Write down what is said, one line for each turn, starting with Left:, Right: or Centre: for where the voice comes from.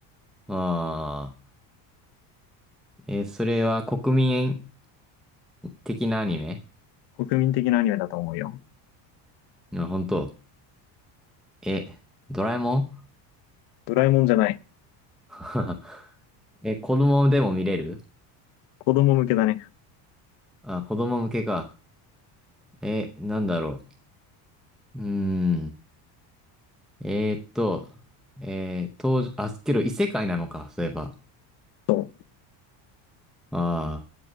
Centre: ああー。えーそれは国民的なアニメ
Left: 国民的なアニメだと思うよ。
Centre: うん本当。え、ドラえもん
Left: ドラえもんじゃない。
Centre: <laughs> え、子供でも見れる
Left: 子供向けだね。
Centre: あ、子供向けか。え、なんだろう。うーん。えーっと、えー、当時、あ、けど異世界なのか、そういえば。
Left: そう。
Centre: ああ、